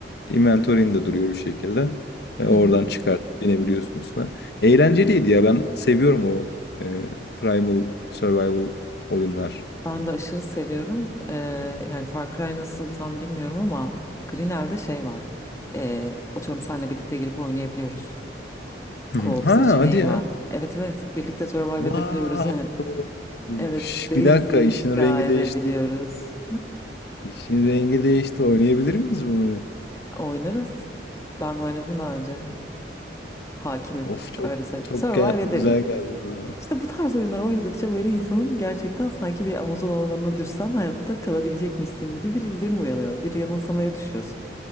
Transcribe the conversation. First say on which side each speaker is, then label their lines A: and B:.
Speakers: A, on the left; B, on the left.
A: inventory'inde duruyor bir şekilde. Ve oradan
B: Hı hı.
A: çıkartıp binebiliyorsun üstüne. Eğlenceliydi ya ben seviyorum o e, Primal Survival oyunlar.
B: Ben de aşırı seviyorum. Ee, yani Far Cry nasıl tam bilmiyorum ama Grinel'de şey var. Ee, atıyorum seninle birlikte girip oynayabiliyoruz.
A: Hı
B: Co-op
A: hı. Ha
B: seçeneği
A: hadi ya.
B: var. Evet evet birlikte survive
A: Wow.
B: edebiliyoruz yani. <laughs>
A: Üş,
B: Evet base
A: Bir dakika işin
B: inşa
A: rengi
B: edebiliyoruz.
A: değişti. İşin rengi değişti. Oynayabilir miyiz bunu?
B: Oynarız. Ben oynadım daha önce. Hakimim.
A: Of çok
B: Öyle söyleyeyim.
A: çok
B: Survive
A: gel-
B: ederim.
A: güzel geldi kulağıma.
B: İşte bu tarz oyunlar oynadıkça böyle insanın gerçekten sanki bir Amazon ormanına düşsen hayatta kalabilecekmişsin gibi bir izlenim uyanıyor. Bir yanılsamaya düşüyorsun.